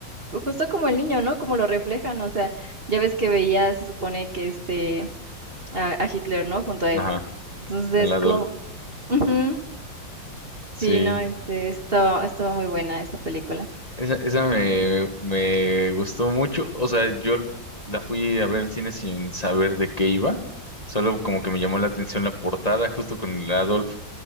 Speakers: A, on the right (about 30°); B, on the left (about 20°).
A: justo como el niño, ¿no? Como lo reflejan, o sea, ya ves que veía, se supone que este, a, a Hitler, ¿no? Junto a
B: ajá,
A: él. Entonces,
B: al Adolf.
A: como... ujú,
B: Sí,
A: Sí, no, este, esto, estuvo muy buena esa película.
B: Esa, esa me, me gustó mucho. O sea, yo la fui a ver al cine sin saber de qué iba. Solo como que me llamó la atención la portada, justo con el Adolf